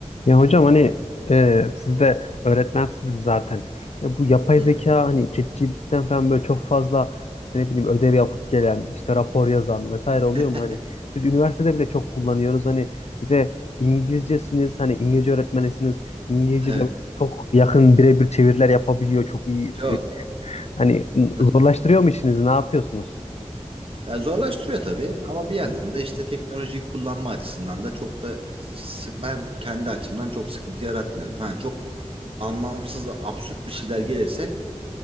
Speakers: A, on the left (about 65°); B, on the right (about 50°).
A: Ya hocam hani e, siz de öğretmensiniz zaten. Ya bu yapay
B: Hı
A: zeka
B: hı.
A: hani ChatGPT'den falan böyle çok fazla işte ne bileyim ödev yapıp gelen, işte rapor yazan vesaire oluyor
B: <laughs>
A: mu? Hani biz üniversitede bile çok kullanıyoruz. Hani bir de İngilizcesiniz, hani İngilizce öğretmenisiniz. İngilizce
B: Evet,
A: de çok yakın birebir çeviriler yapabiliyor. Çok iyi.
B: çok.
A: sevi- Hani
B: <laughs>
A: zorlaştırıyor mu işinizi? Ne yapıyorsunuz?
B: Ya zorlaştırıyor tabii ama bir yandan da işte teknolojiyi kullanma açısından da çok da sı- ben kendi açımdan çok sıkıntı yaratmıyorum. Ha, çok anlamsız, absürt bir şeyler gelirse